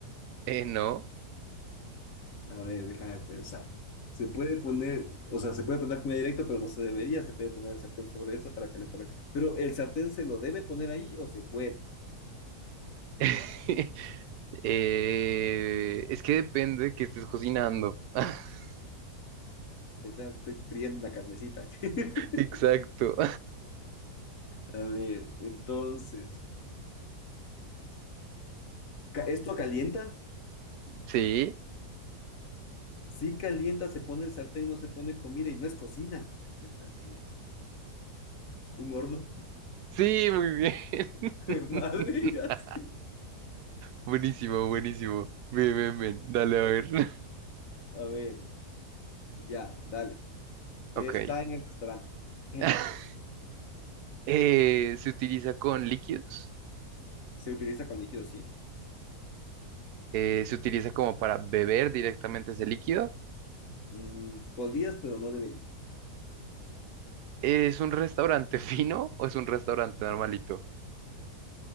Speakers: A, on the right; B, on the left.
A: Eh, no.
B: A ver, déjame pensar. Se puede poner, o sea, se puede poner comida directa, pero no se debería, se puede poner el sartén sobre eso para calentar. la- Pero el sartén se lo debe poner ahí o se puede.
A: <laughs> Eh, es que depende de qué estés cocinando. <laughs>
B: Ahorita Estoy friendo una carnecita. <laughs>
A: Exacto.
B: A ver, entonces, ca- ¿esto calienta?
A: Sí.
B: Sí calienta, se pone el sartén, no se pone comida y no es cocina. Chuta madre, Un horno
A: Sí, muy bien.
B: <laughs>
A: <laughs>
B: de madre y así.
A: Buenísimo, buenísimo. Ven, ven, ven. Dale a ver. <laughs>
B: A ver, ya, dale. Está
A: Ok.
B: en el restaurante. <laughs>
A: <laughs> Eh, se utiliza con líquidos.
B: Se utiliza con líquido, sí.
A: eh, se utiliza como para beber directamente ese líquido.
B: Mm, podrías, pero no deberías.
A: ¿Es un restaurante <laughs> fino o es un restaurante normalito?